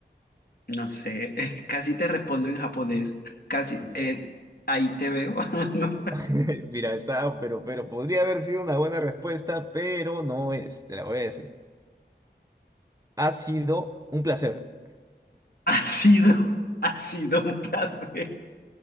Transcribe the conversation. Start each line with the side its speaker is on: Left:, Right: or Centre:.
Left: no sé, <laughs> es que casi te respondo en japonés.
Right: <laughs>
Left: Casi,
Right: Ya.
Left: eh, ahí te veo. <laughs> No,
Right: <laughs> Mira, esa, pero, pero podría haber sido una buena respuesta, pero no es, te la voy a decir. Ha sido un placer.
Left: ha sido, ha sido un placer.